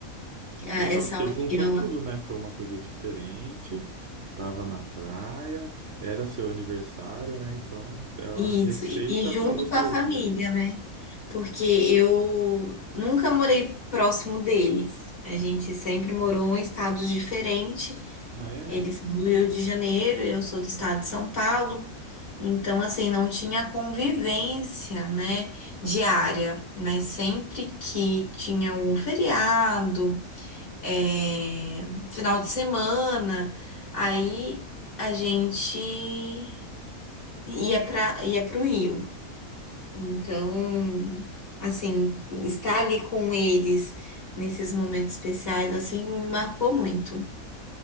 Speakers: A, on the left; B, on the right.
A: a-
B: Que legal,
A: essa
B: porque
A: união
B: juntou tudo, né? Foi uma coisa diferente, tava na praia, era seu aniversário, né? Então, é uma
A: Isso,
B: receita
A: e e junto
B: para nostalgia,
A: com a família,
B: né?
A: né? Porque eu nunca morei próximo deles. A gente sempre morou em estados diferentes.
B: Ah, é?
A: Eles são do Rio de Janeiro, eu sou do estado de São Paulo. Então, assim, não tinha convivência, né, diária. Mas sempre que tinha algum feriado, é final de semana, aí a gente ia para ia para o Rio. Então, assim, estar ali com eles nesses momentos especiais, assim, me marcou muito.